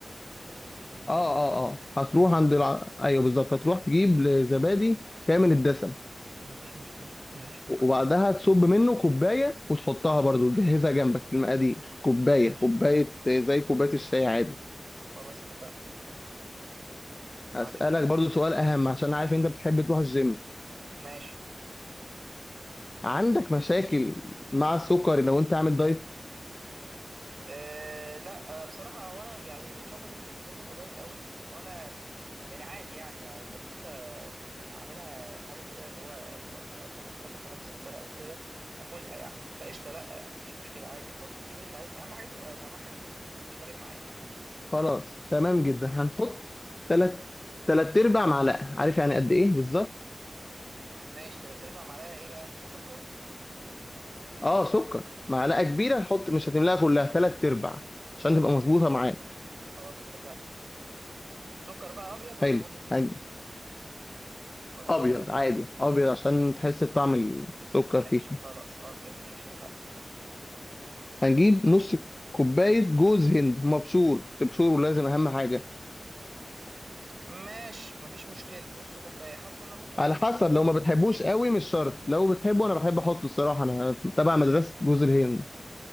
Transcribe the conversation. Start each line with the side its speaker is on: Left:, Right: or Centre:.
Right: آه، الزبادي
Left: اه
Right: التقيل
Left: اه اه هتروح
Right: م-
Left: عند الع... ايوه بالظبط هتروح تجيب زبادي كامل الدسم
Right: ما فيش مشكله ماشي اتفقنا
Left: وبعدها تصب منه كوباية وتحطها برضو تجهزها جنبك في المقادير كوباية
Right: ماشي
Left: كوباية زي كوباية الشاي عادي
Right: خلاص اتفقنا وبعد
Left: هسألك
Right: كده
Left: برضو سؤال أهم عشان عارف أنت بتحب تروح الجيم
Right: ماشي
Left: عندك مشاكل مع السكر لو أنت عامل دايت
Right: أه لا آه، بصراحة هو أنا يعني الفترة دي مش ملتزم بدايت قوي وأنا يعني عادي يعني البسبوسة أعملها حاجة كده اللي هو في وقت من الأوقات لما أحب آكل حاجة مسكرة أو كده آكلها يعني فقشطة لا يعني مفيش مشكلة عادي حط شوف أنت عايز أهم حاجة تبقى طعمها حلو مش فارق معايا
Left: خلاص تمام جدا هنحط تلات تلات ارباع معلقه عارف يعني قد ايه بالظبط
Right: ماشي تلات أرباع معلقة إيه بقى سكر
Left: اه سكر معلقه كبيره
Right: طب
Left: هنحط مش هتملاها كلها تلات ارباع عشان تبقى مظبوطه
Right: ماشي
Left: معاك
Right: خلاص اتفقنا سكر بقى أبيض ولا
Left: حلو
Right: بني
Left: هن-
Right: ولا
Left: ابيض
Right: مش فارقة
Left: عادي ابيض عشان تحس بطعم السكر
Right: ماشي
Left: فيه
Right: خلاص أبيض ماشي اتفقنا
Left: هنجيب نص كوبايه جوز هند مبشور تبشره لازم اهم حاجه
Right: ماشي مفيش مشكلة نص كوباية حاسس إن أنا ممكن أقلل
Left: على حسب
Right: الجزء
Left: لو ما بتحبوش قوي مش شرط لو بتحبه انا بحب احطه الصراحه انا تبع مدرسه جوز الهند